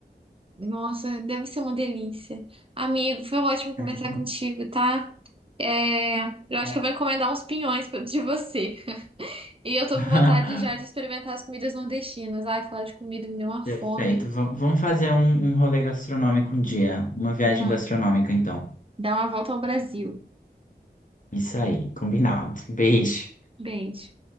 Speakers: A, on the right; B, on the left.
A: Nossa, deve ser uma delícia. Amigo, foi ótimo conversar
B: É muito bom.
A: contigo, tá? É, eu acho
B: Bom,
A: que eu vou encomendar uns pinhões pra- de você. <laughs> E eu tô
B: <laughs>
A: com vontade já de experimentar as comidas nordestinas. Ai, falar de comida me deu uma
B: Perfeito.
A: fome.
B: Vam- Vamos fazer um, um rolê gastronômico um dia. Uma viagem
A: Não,
B: gastronômica, então.
A: dá uma volta ao Brasil.
B: Isso aí, combinado. Beijo.
A: Beijo.